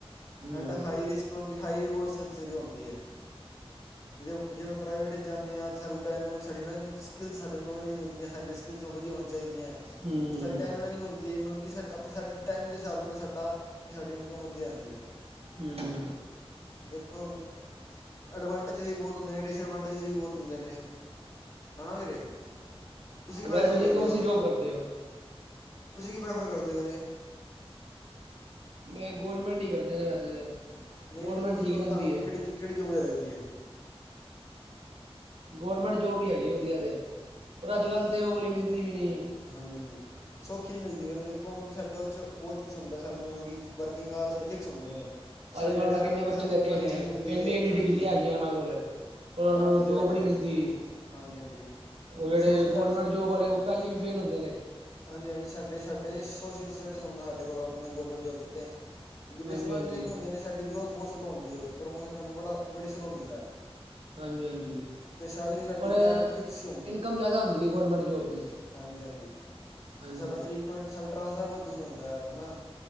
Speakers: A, on the right; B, on the left.
A: ਹੂੰ
B: ਐਂਡ ਹਾਈ ਰਿਸਕ ਮਤਲਬ ਕਿ ਹਾਈ ਰਿਵੋਰਡ ਸਿੰਸੀਰੀ ਹੁੰਦੀ ਹੈ। ਜਿਵ ਜਿਵੇ ਪ੍ਰਾਈਵੇਟ, ਜਾਂਦੇ ਹਾਂ ਅਤੇ ਸਾਨੂੰ ਡਾਇਨੋਮਿਕ ਸਾਡੀ ਨਾ ਸਕਿੱਲ ਸਾਡੇ ਨੂੰ ਨੀਂ ਨਵੀਂ ਮਿਲਦੀਆਂ ਸਾਡੇ ਸਕਿੱਲਸ ਉਹ ਵਧੀਆ ਹੋਣੀ ਚਾਹੀਦੀਆਂ।
A: ਹੂੰ ਹੂੰ
B: ਸਾਡੀ ਟਾਈਮ ਲੈਣੀ ਆਉਂਦੀ ਹੈ ਮਤਲਬ ਕਿ ਸਾ ਆਪਾਂ ਸਾਡ ਟਾਈਮ ਦੇ ਹਿਸਾਬ ਨਾਲ ਸਾਡਾ, ਕਿਉਂਕਿ ਸਾਡੀ ਇਨਕਮ ਵਧੀਆ ਹੁੰਦੀ ਹੈ।
A: ਹੂੰ।
B: ਦੇਖੋ ਐਡਵਾਂਟੇਜ ਵੀ ਬਹੁਤ ਹੁੰਦੇ ਨੇ ਡਿਸਐਡਵਾਂਟ ਬਟੇਜ ਵੀ ਬਹੁਤ ਹੁੰਦੇ ਨੇ ਹੈ ਨਾ ਵੀਰੇ। ਤੁਸੀਂ ਕੀ ਪ੍ਰੈਫਰ
A: ਵੈਸੇ
B: ਕਰਦੇ
A: ਕੌਣ
B: ਹੋ,
A: ਸੀ ਜੋਬ ਕਰਦੇ ਹੋ
B: ਤੁਸੀਂ ਕੀ ਪ੍ਰੈਫਰ ਕਰਦੇ ਹੋ ਵੀਰੇ।
A: ਮੈਂ ਗੌਰਮੈਂਟ ਹੀ ਕਰਦੇ ਨੇ ਵੈਸੇ ਤਾਂ,
B: ਨਹੀਂ
A: ਗੌਰਮੈਂਟ
B: ਵੀਰੇ ਤੁਸੀਂ
A: ਠੀਕ
B: ਮਤਲਬ
A: ਦਿੰਦੀ
B: ਤੁਹਾਨੂੰ
A: ਹੈ।
B: ਕਿਹੜੀ ਕਿਹੜੀ ਯਗਤ ਲਗਦੀ ਹੈ।
A: ਗੌਰਮੈਂਟ ਜੋਬ ਹੀ ਹੈਗੀ ਵਧੀਆ ਤੇ ਪਰ ਅੱਜ-ਕੱਲ ਤੇ ਉਹ ਵਾਲੀ ਮਿਲਦੀ ਵੀ ਨਹੀਂ।
B: ਹਾਂਜੀ-ਹਾਂਜੀ ਸੌਖੀ ਨਹੀਂ ਮਿਲਦੀ ਪਰ ਦੇਖੋ ਮਤਲਬ ਕਿ ਸਾਡੇ ਔਰ ਚ ਬਹੁਤ ਕੁਛ ਹੁੰਦਾ ਸਾਨੂੰ ਮਤਲਬ ਕਿ, ਵਰਕਿੰਗ ਆਰ ਸਾਡੇ ਫਿਕਸ ਹੁੰਦੇ ਨੇ। ਸਾਡੀ
A: ਅੱਜ-ਕੱਲ
B: ਰਿਟਾਇਰਮੈਂਟ
A: ਮੈਂ ਕਿੰਨੇ ਬੱਚੇ
B: ਤੇ ਸਾਨੂੰ
A: ਦੇਖੇ
B: ਪੈਨਸ਼ਨ
A: ਨੇ
B: ਮਿਲਦੀ
A: ਇੰਨੀ-ਇੰਨੀ
B: ਏ ਹਾਂਜੀ
A: ਡਿਗਰੀਆਂ ਹੈਗੀਆਂ ਉਹਨਾਂ ਕੋਲ। ਪਰ ਉਹਨਾਂ
B: ਤਾਂ
A: ਨੂੰ
B: ਵੀ ਮਿਲੇ
A: ਜੋਬ
B: ਬੈਠੇ
A: ਨਹੀਂ
B: ਨੇ
A: ਮਿਲਦੀ।
B: ਹਾਂਜੀ ਹਾਂਜੀ
A: ਉਹ ਜਿਹੜੇ
B: ਸੋਸ਼ਲ
A: ਗੌਰਮੈਂਟ
B: ਸਾਡਾ
A: ਜੋਬ ਵਾਲੇ ਉਹ ਪਹਿਲੀ ਫੇਲ ਹੁੰਦੇ ਨੇ,
B: ਹਾਂਜੀ-ਹਾਂਜੀ ਸਾਡੇ-ਸਾਡੇ ਸੋਸ਼ਲ ਸਟੇਟਸ ਹੁੰਦਾ ਸਾਡੇ ਕੋਲ ਆਪਣਾ ਗੌਰਰਮੈਂਟ ਜੋਬ ਤੇ, ਅਤੇ ਡਿਸਐਡਵਾਟੇਜ
A: ਹਾਂਜੀ ਹਾਂਜੀ
B: ਵੀ ਹੁੰਦੇ ਨੇ ਸਾਡੀ ਗਰੋਥ ਬਹੁਤ ਸਲੋ ਹੁੰਦੀ ਉਹਦੇ ਚ ਪ੍ਰਮੋਸ਼ਨ ਸਾਨੂੰ ਬੜਾ ਬੜੀ ਸਲੋ ਮਿਲਦਾ,
A: ਹਾਂਜੀ-ਹਾਂਜੀ,
B: ਤੇ ਸੈਲਰੀ ਸਾਡੀ
A: ਪਰ ਐਹ
B: ਕੈਬ ਫਿਕਸ ਹੀ
A: ਇਨਕਮ ਜ਼ਿਆਦਾ ਹੁੰਦੀ ਹੈ ਗੌਰਮੈਂਟ ਜੋਬ ਦੀ,
B: ਹਾਂਜੀ-ਹਾਂਜੀ, ਅਤੇ
A: ਹਾਂਜੀ
B: ਸਾਡਾ ਫਰੀਕੁਐੰਟ ਸਾਡਾ ਟਰਾਂਸਫਰ ਬੋ ਜਲਦ ਹੁੰਦਾ ਯਾਰ ਹਨਾ,